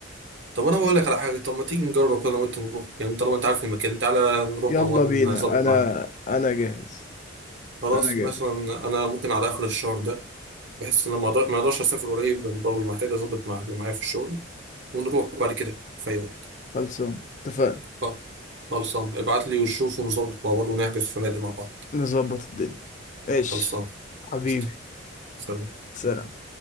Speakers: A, on the right; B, on the left.
A: طب انا بقول لك على حاجه طب ما تيجي نجرب انا وانت نروح يعني طالما انت عارف المكان تعالى نروح
B: يلا
A: مع بعض نظبط
B: بينا انا
A: معاك
B: انا جاهز
A: خلاص
B: انا جاهز
A: مثلا انا ممكن على اخر الشهر ده بحس ان انا ما أقدر- ما اقدرش اسافر قريب لأن برضه محتاج اظبط مع اللي معايا في الشغل ونروح بعد كده في أي وقت
B: خلصان اتفقنا
A: خلاص. خلصان ابعت لي وشوف ونظبط مع بعض ونحجز فنادق مع بعض
B: نظبط الدنيا ماشي
A: خلصان
B: حبيبي
A: قشطة. سلام
B: سلام